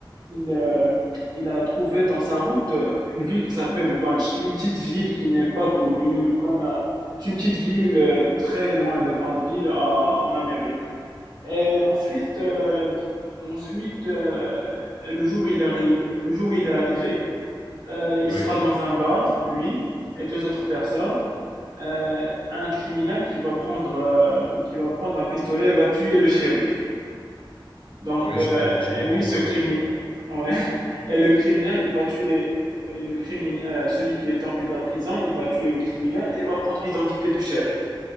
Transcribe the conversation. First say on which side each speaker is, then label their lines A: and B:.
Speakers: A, on the right; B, on the left.
A: il euh, il a trouvé dans sa route euh, une ville qui s'appelle Banshee, une petite ville qui n'est pas connue comme un- c'est une petite ville euh, très loin des grandes villes à- en Amérique. Et ensuite, euh, ensuite euh, le jour où il arri- le jour où il est arrivé, euh, il
B: Oui.
A: sera dans un bar, lui et deux autres personnes. Euh, un criminel qui va prendre, euh, qui va prendre un pistolet et va tuer le shérif. Donc,
B: Oui,
A: euh,
B: je comprends, je comprends
A: et lui, ce
B: un peu
A: criminel,
B: le délire.
A: ouais. <laughs> Et le criminel, il va tuer et le crimin- euh, celui qui est enfui de la prison, il va tuer le criminel et il va prendre l'identité du shérif.